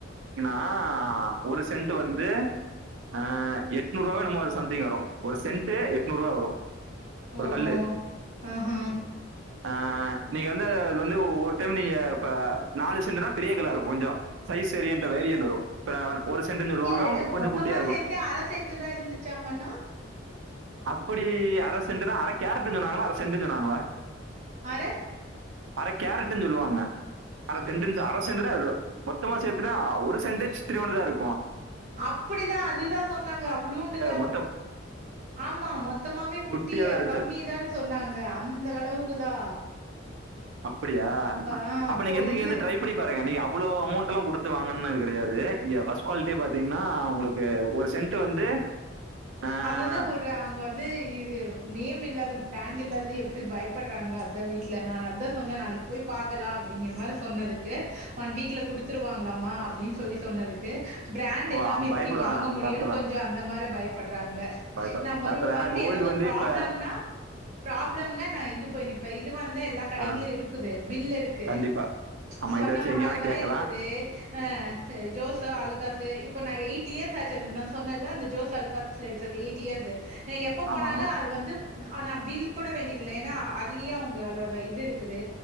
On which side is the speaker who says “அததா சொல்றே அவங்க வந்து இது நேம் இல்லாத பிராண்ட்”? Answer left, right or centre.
Right